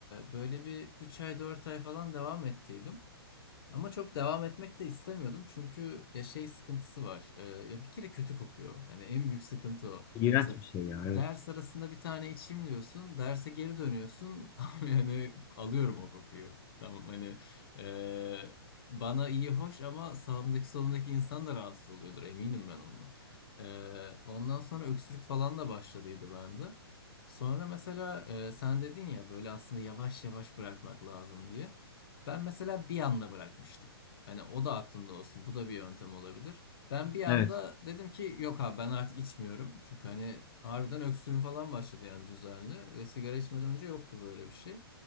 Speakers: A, on the left (about 65°); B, on the left (about 20°).
A: böyle bir 3 ay, 4 ay falan devam ettiydim. Ama çok devam etmek de istemiyordum çünkü ya şey sıkıntısı var. Ee, ya bir kere kötü kokuyor. Hani en büyük sıkıntı o.
B: İğrenç
A: Mesela
B: bir şey ya
A: ders
B: evet.
A: arasında bir tane içeyim diyorsun, derse geri dönüyorsun <laughs> ama yani alıyorum o kokuyu. Tamam hani e, bana iyi hoş ama sağımdaki solumdaki insan da rahatsız oluyordur eminim ben ondan. Ee, ondan sonra öksürük falan da başladıydı bende. Sonra mesela e, sen dedin ya böyle aslında yavaş yavaş bırakmak lazım diye. Ben mesela bir anda bırakmıştım. Hani o da aklında olsun. Bu da bir yöntem olabilir. Ben bir anda
B: Evet.
A: dedim ki yok abi ben artık içmiyorum. Çünkü hani harbiden öksürüm falan başladı yani düzenli. Ve sigara içmeden önce yoktu böyle bir şey.